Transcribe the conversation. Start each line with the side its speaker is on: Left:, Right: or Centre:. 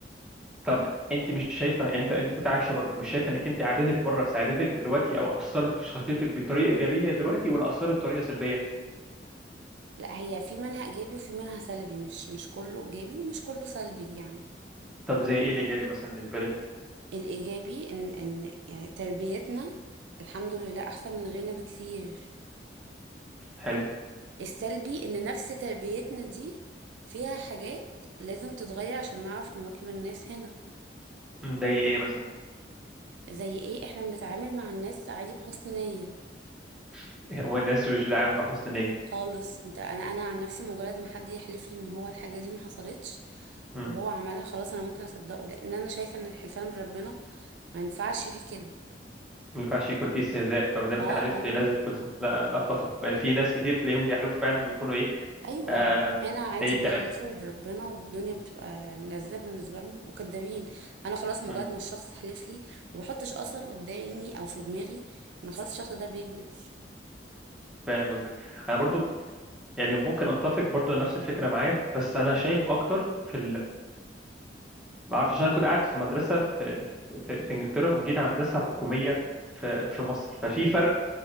Centre: طب انت مش شايفه يعني انت انت كنت عايشه بره مش شايفه انك انت عادتك بره ساعدتك دلوقتي او اثرت في شخصيتك بطريقه ايجابيه دلوقتي ولا اثرت بطريقه سلبيه
Right: لا هي في منها ايجابي وفي منها سلبي مش مش كله ايجابي ومش كله سلبي يعني
Centre: طب زي ايه الايجابي مثلا بالنسبه لك
Right: الايجابي ان ان يعني تربيتنا الحمد لله احسن من غيرنا بكتير
Centre: حلو
Right: السلبي ان نفس تربيتنا دي فيها حاجات لازم تتغير عشان نعرف نواكب الناس هنا
Centre: مضايق ايه مثلا
Right: زي ايه احنا بنتعامل مع الناس عادي بحسن نية
Centre: <laughs> هو الناس مش داعم بحسن نيه
Right: خالص انت انا انا عن نفسي مجرد ما حد يحلف لي ان هو الحاجة دي ما حصلتش
Centre: امم
Right: وهو عملها خلاص انا ممكن اصدقه لان انا شايفة ان الحلفان بربنا ما ينفعش فيه كده
Centre: ما ينفعش يكون فيه استهزاء فما دام
Right: اه
Centre: انت حلفت
Right: اه
Centre: لازم يكون صح لا اتفق يعني في ناس كتير تلاقيهم بيحلفوا فعلا ويكونوا ايه
Right: ايوه
Centre: آه
Right: هنا عادي
Centre: اي
Right: بيحلفوا
Centre: كلام
Right: بربنا والدنيا بتبقى يعني لذيذة بالنسبة لهم وكدابين انا خلاص مجرد
Centre: امم
Right: ما الشخص حلف لي ما بحطش اصلا قدامي او في دماغي ان خلاص الشخص ده بيكذب
Centre: فاهم قصدك انا برضو يعني ممكن اتفق برضو على نفس الفكره معايا بس انا شايف اكتر في ما اعرفش انا كنت قاعد في مدرسه في في, في انجلترا وجيت على مدرسه
Right: مم.
Centre: حكوميه في في مصر ففي فرق